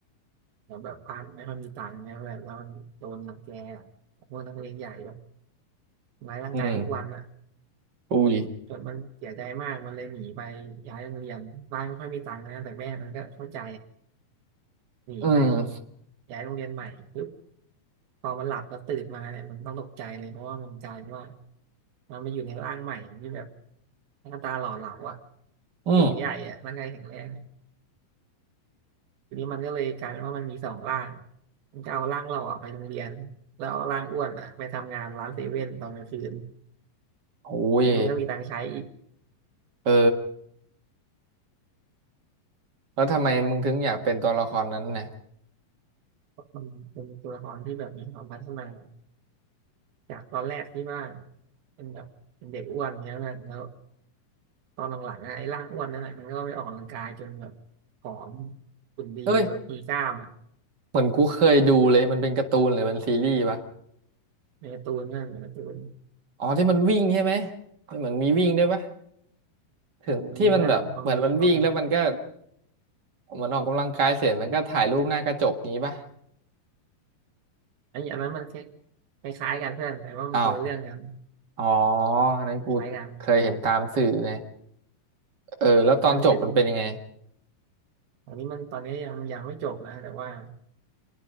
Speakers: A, on the right; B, on the right.
A: แล้วแบบบ้านไม่ค่อยมีตังค์นะแบบแล้วมันโดนรังแกอะพวกนักเลงใหญ่แบบทำร้ายร่างกายทุกวันอะ
B: อืม อุ้ย
A: จนมันเสียใจมากมันเลยหนีไปย้ายโรงเรียนบ้านไม่ค่อยมีตังค์นะแต่แม่มันก็เข้าใจหนีไป
B: อืม
A: ย้ายโรงเรียนใหม่ปุ๊บพอมันหลับแล้วตื่นมาเนี่ยมันต้องตกใจเลยเพราะว่ามันกลายเป็นว่ามันมาอยู่ในร่างใหม่ที่แบบหน้าตาหล่อเหลาอะ
B: อืม
A: สูงใหญ่อะร่างกายแข็งแรงทีนี้มันก็เลยกลายเป็นว่ามันมีสองร่างมันก็เอาร่างหล่อไปโรงเรียนแล้วเอาร่างอ้วนอะไปทำงานร้านเซเว่นตอนกลางคืน
B: โอ้ย
A: ทีนี้มันก็มีตังค์ใช้อีก
B: เออแล้วทำไมมึงถึงอยากเป็นตัวละครนั้นน่ะ
A: เพราะมันเป็นตัวละครที่แบบมีความพัฒนา จากตอนแรกที่ว่าเป็นแบบเป็นเด็กอ้วนเงี้ยแบแล้วตอนหลังๆอะไอ้ร่างอ้วนนั่นแหละมันก็ไม่ออกกำลังกายจนแบบผอมหุ่นดีแบบมีกล้ามอ่ะ
B: เอ้ยเหมือนกูเคยดูเลยมันเป็นการ์ตูนหรือมันซีรีส์ปะ
A: ในการ์ตูนเพื่อนในการ์ตูน
B: อ๋อที่มันวิ่งใช่ไหมที่มันมีวิ่งด้วยปะถึงที่มันแบบเหมือนมันวิ่งแล้วมันก็
A: มีเพื่อนพอมีพอมี
B: เหมือนออกกำลังกายเสร็จมันก็ถ่ายรูปหน้ากระจกงี้ปะ
A: ไอ้อันนั้นมันคล้ายๆกันเพื่อนแต่ว่ามันคนละเรื่องกัน
B: อ้าวอ๋ออันนั้นกูเคยเห็นตามสื่อไง
A: คล้ายกันคล้ายกัน
B: เออแล้วตอนจบมันเป็นยังไง
A: อมอันนั้นมันเป็นอันนี้มันตอนนี้ยังยังไม่จบนะแต่ว่า